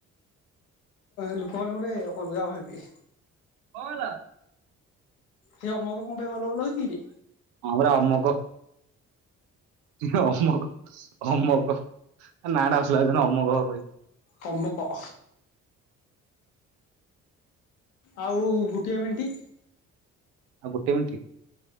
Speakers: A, on the left; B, on the right.
A: ଲୋକ ଗୋଟେ ଅଲଗା ଭାବି
B: କଣଲା
A: ସେ ଅମକ କଣ ପାଇଁ ଭଲ ଭଲ ହଉଛି କିରେ
B: ଆମର ଅମକୁ ଅମକ ଅମକ ନାଡା ଅସ ଲ ଅମକ
A: କମ୍ଭ କ ଆଉ ଗୋଟିଏ ମେଣ୍ଟି
B: ଆଉ ଗୋଟେ ମିନିଟ